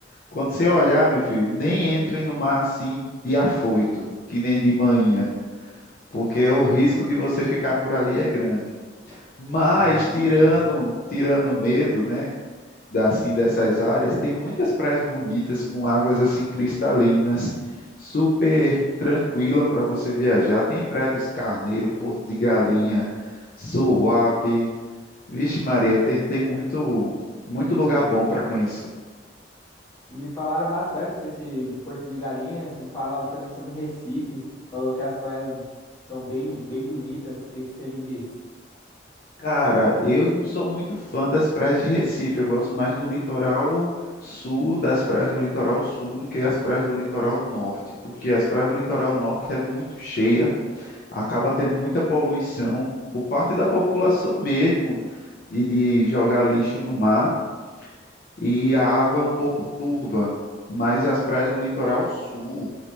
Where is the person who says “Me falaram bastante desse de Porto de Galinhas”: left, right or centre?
Left